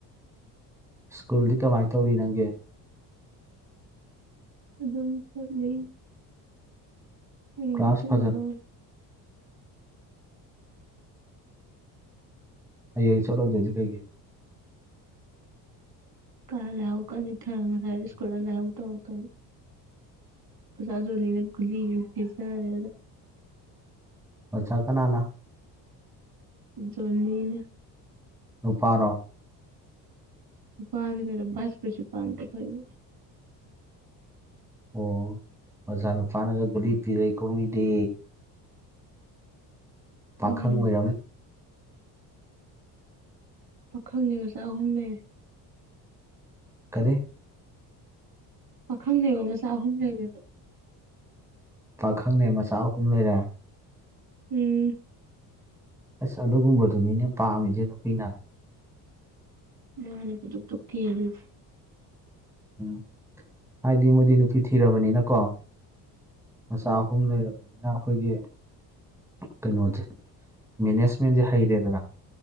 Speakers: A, in the centre; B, on the right.
A: ꯁ꯭ꯀꯨꯜꯗꯤ ꯀꯃꯥꯏꯅ ꯇꯧꯔꯤ ꯅꯪꯒ
B: ꯑꯗꯨꯝ ꯆꯠꯂꯤ ꯍꯌꯦꯡꯗꯤ
A: ꯀ꯭ꯂꯥꯁ
B: ꯆꯠꯂꯔꫭꯏ
A: ꯐꯖꯅ ꯍꯌꯦꯡ ꯆꯠꯂꫭꯏꯗꯣꯏꯁꯦ ꯀꯩꯒꯤꯅꫭ
B: ꯀꯥ ꯂꯥꯏꯍꯧ ꯀꯟ ꯅꯤꯛꯊꯔ ꯉꯁꯥꯏ ꯏꯁꯀꯨꯜꯗ ꯂꯥꯏꯍꯧ ꯇꯧꯔꯛꯇꯅ ꯑꯣꯖꯥ ꯖꯣꯅꯤꯅ ꯒꯨꯂꯤ ꯑꯃ ꯄꯤꯖꯔꯦ
A: ꯑꯣꯆꯥ ꯀꯅꯥꯅ
B: ꯖꯣꯂꯤꯅ
A: ꯅꯨꯄꯥꯔꯣ
B: ꯏꯄꯥꯅꯦ ꯀꯩꯅꯣ ꯕꯥꯏꯁ ꯄ꯭ꯔꯦꯟꯁꯤꯄꯥꯜꯅꯤ ꯀꯩꯅꯣ
A: ꯑꯣ ꯑꯣꯖꯥꯅꯨꯄꯥꯥꯅꯒ ꯒꯨꯂꯤ ꯄꯤꯔꯩ ꯀꯣꯃꯤꯗꯦ ꯄꯥꯈꯪ
B: ꯎꯝ
A: ꯑꯣꯏꯔꯝꯃꯤ
B: ꯄꯥꯈꯪ ꯂꯩꯕꯁ ꯑꯍꯨꯝ ꯂꯩ
A: ꯀꯔꯤ
B: ꯄꯥꯈꯪꯅꯦꯕ ꯃꯆꯥ ꯑꯍꯨꯝ ꯂꯩꯔꯦꯕ
A: ꯄꯥꯈꯪꯅꯦ ꯃꯆꯥ ꯑꯍꯨꯝ ꯂꯩꯔꯦ
B: ꯎꯝ
A: ꯑꯁ ꯑꯗꯨꯒꯨꯝꯕꯗꯨꯅꯤꯅꯦ ꯄꯥꯝꯃꯤꯁꯦ ꯅꯨꯄꯤꯅ꯫
B: ꯃꯥꯅ <unintelligible> ꯀꯦꯜꯂꯤꯅꯦ
A: ꯎꯝ ꯍꯥꯏꯗꯤ ꯃꯣꯏꯗꯤ ꯅꯨꯄꯤ ꯊꯤꯔꯕꯅꯤꯅꯀꯣ ꯃꯆꯥ ꯑꯍꯨꯝ ꯂꯩꯔꯕꯅꯤꯅ ꯑꯈꯣꯏꯒꯤ ꯀꯩꯅꯣꯁꯦ ꯃꯦꯅꯦꯖꯃꯦꯟꯁꯦ ꯍꯩꯔꯦꯗꯅ